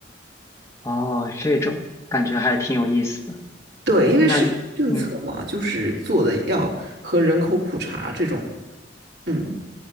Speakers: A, on the left (about 15°); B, on the right (about 65°).
A: 哦，这种感觉还挺有意思的。
B: 对，因为是政策嘛，
A: 那你嗯，
B: 就是做的要和人口普查这种。嗯，